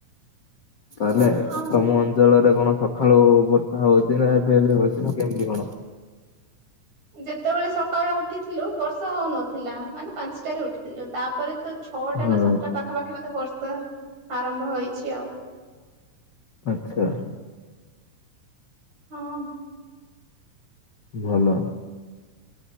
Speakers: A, on the left (about 55°); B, on the right (about 65°).
A: ତାହେଲେ
B: ହଁ ପା।
A: ତମ ଅଞ୍ଚଳରେ କଣ ସ ଖାଳୁ ବର୍ଷା ହଉଛି ନା ଏବେବେ ହଉଛି ନା କେମିତି କଣ?
B: ଯେତେବେଳେ ସକାଳୁ ଉଠିଥିଲୁ ବର୍ଷା ହେଉନଥିଲା ମାନେ ପାଞ୍ଚଟାରେ ଉଠିଥିଲୁ ତାପରେ ତ ଛଅଟା
A: ହଁ
B: ନା ସାତଟା ପାଖାପାଖି ବଧେ ବର୍ଷା ଆରମ୍ଭ ହେଇଛି ଆଉ।
A: ଆଚ୍ଛା।
B: ହଁ।
A: ଭଲ।